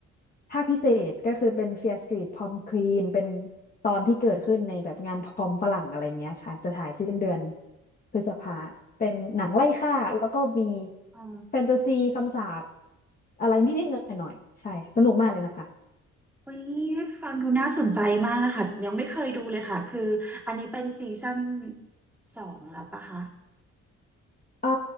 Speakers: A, on the left (about 30°); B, in the centre.
A: ภาคพิเศษก็คือเป็น Fear Street Prom Queen เป็นตอนที่เกิดขึ้นในแบบงานพรอมฝรั่งอะไรเงี้ยค่ะจะฉายสิ้นเดือนพฤษภาเป็นหนังไล่ฆ่าแล้วก็มี
B: อ๋อ
A: แฟนตาซีคำสาปอะไรนิดๆหน่อยๆใช่สนุกมากเลยนะคะ
B: อุ๊ยฟังดูน่าสนใจมากเลยค่ะยังไม่เคยดูเลยค่ะคืออันนี้เป็นซีซั่นสองแล้วปะคะ
A: เอ่อ